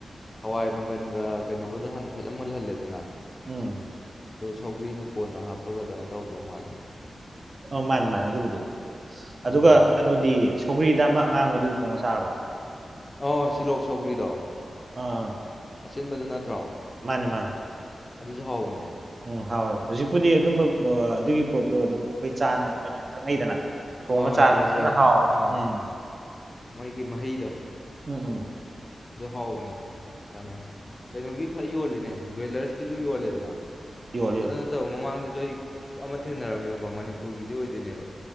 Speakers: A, on the left; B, on the right.
A: ꯍꯋꯥꯏ ꯃꯪꯒꯟꯒ ꯀꯩꯅꯣꯒꯗꯣ ꯍꯥꯟꯅ ꯐꯖꯅ ꯃꯨꯜꯍꯜꯂꯦꯗꯅ
B: ꯎꯝ
A: ꯁꯧꯒꯔꯤꯅ ꯀꯣꯟꯅ ꯍꯥꯞꯄꯒ ꯑꯗꯨꯃꯥꯏꯅ ꯇꯧꯔꯝꯗꯧ ꯃꯥꯜꯂꯦ
B: ꯑ ꯃꯥꯅꯤ ꯃꯥꯅꯦ ꯑꯗꯨꯕꯨꯗꯤ
A: ꯑꯥ
B: ꯑꯗꯨꯒ ꯀꯩꯅꯣꯗꯤ ꯁꯧꯒ꯭ꯔꯤꯗ ꯑꯃ ꯑꯉꯥꯡꯕꯗꯨꯗꯤ ꯊꯣꯡꯉ ꯆꯥꯔꯕꯣ
A: ꯑ ꯁꯤꯂꯣꯛ ꯁꯧꯒ꯭ꯔꯤꯗꯣ
B: ꯑꯥ
A: ꯑꯁꯤꯟꯕꯗꯨ ꯅꯠꯇ꯭ꯔꯣ
B: ꯃꯥꯅꯦ ꯃꯥꯅꯦ
A: ꯑꯗꯨꯁꯨ ꯍꯧꯕꯅꯦ
B: ꯎꯝ ꯍꯥꯎꯣꯏ ꯍꯧꯖꯤꯛꯄꯨꯗꯤ ꯑꯗꯨꯝꯕ ꯑꯗꯨꯒꯤ ꯄꯣꯠꯇꯣ ꯑꯗꯨꯝ ꯑꯩꯈꯣꯏ ꯆꯥ ꯅꯨꯡ ꯑꯣꯏꯅ ꯊꯛꯅꯩꯗꯅ ꯊꯣꯡꯉ
A: ꯑ ꯍꯣꯏ
B: ꯆꯥꯔꯁꯨ
A: ꯔꯣꯖꯔ
B: ꯐꯖꯅ ꯍꯥꯎ
A: ꯑꯥ
B: ꯎꯝ
A: ꯃꯣꯏꯒꯤ ꯃꯍꯩꯗꯣ
B: ꯎꯝ ꯎꯝ
A: ꯑꯗꯨ ꯍꯥꯎꯕꯅꯦ ꯐꯅ ꯀꯩꯅꯣꯒꯤ ꯐ ꯌꯣꯜꯂꯤꯅꯦ ꯗ꯭ꯋꯦꯂꯔꯁꯀꯤꯁꯨ ꯌꯣꯜꯂꯦꯗꯅ
B: ꯌꯣꯜꯂꯤ
A: ꯑꯗꯨ
B: ꯌꯣꯜꯂꯤ
A: ꯅꯠꯇꯕ ꯃꯃꯥꯡꯗꯁꯨ ꯑꯩ ꯑꯃ ꯊꯦꯡꯅꯔꯝꯃꯦꯕꯀꯣ ꯃꯅꯤꯄꯨꯔꯒꯤꯗꯤ ꯑꯣꯏꯗꯣꯏꯅꯦꯕ